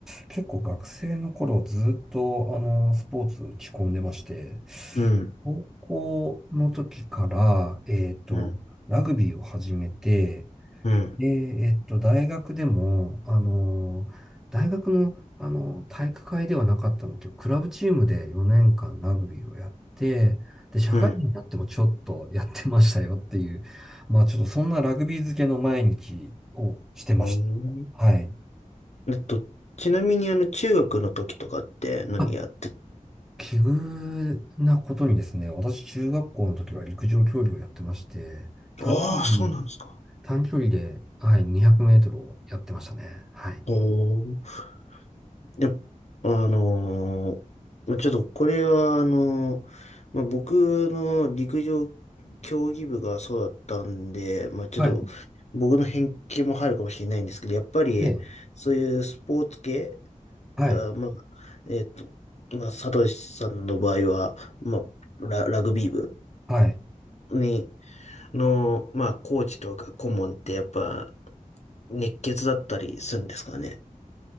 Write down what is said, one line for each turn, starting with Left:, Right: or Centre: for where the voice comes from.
Centre: 結構学生の頃ずっとあの、スポーツ打ち込んでまして、
Left: うん、
Centre: 高校の時から、えっと、
Left: うん、
Centre: ラグビーを始めて、
Left: うん、
Centre: で、えっと、大学でも、あの、大学の、あの、体育会ではなかったんだけど、クラブチームで4年間ラグビーをやって、で、社会人になってもちょっとやってましたよっていう、
Left: うん。
Centre: まあちょっとそんなラグビー漬けの毎日をしてまし
Left: うん
Centre: た。はい。
Left: えっと、ちなみにあの、中学の時とかって何やって、
Centre: あ、奇遇なことにですね、私中学校の時は陸上競技をやってまして、短距離
Left: ああ、そうなんですか。
Centre: 短距離で、はい、200メートルをやってましたね。はい。
Left: おーいや、あのーまあちょっとこれは、あのーまあ、僕の陸上競技部がそうだったんで、まあ、ちょっと僕の偏見も入るかもしれないんですけど、
Centre: はい。
Left: やっぱりそういうスポーツ系、
Centre: で、はい、
Left: あ、まあ、えっと、まあ、サトシさんの場合は、まあ、ラ、ラグビー部
Centre: はい。
Left: に、の、まあ、コーチとか顧問ってやっぱ熱血だったりするんですかね。